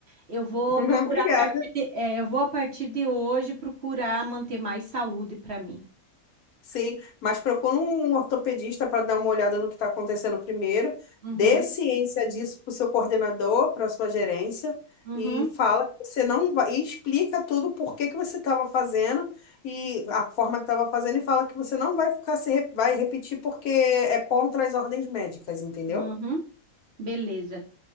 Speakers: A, on the right; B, on the left.
A: Eu vou
B: <laughs>
A: procurar
B: Obrigada.
A: a partir de, é, eu vou a partir de hoje procurar manter mais saúde para mim.
B: Sim, mas procura um ortopedista para dar uma olhada no que está acontecendo primeiro,
A: Uhum,
B: dê ciência disso para o seu coordenador, para a sua gerência,
A: uhum,
B: e fala que você não vai, e explica tudo por que que você estava fazendo e a forma que estava fazendo, e fala que você não vai ficar se re- vai repetir porque é contra as ordens médicas, entendeu?
A: uhum. Beleza.